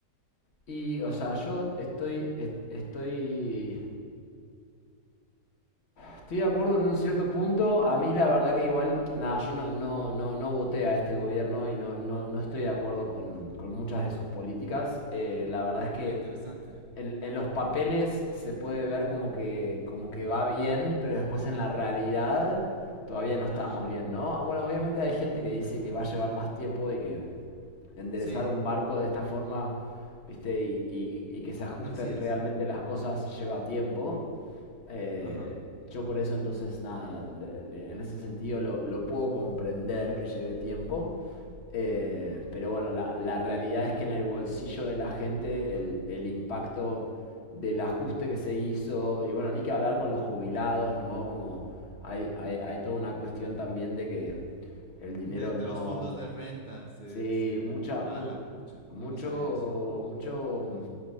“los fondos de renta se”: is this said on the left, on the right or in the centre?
Right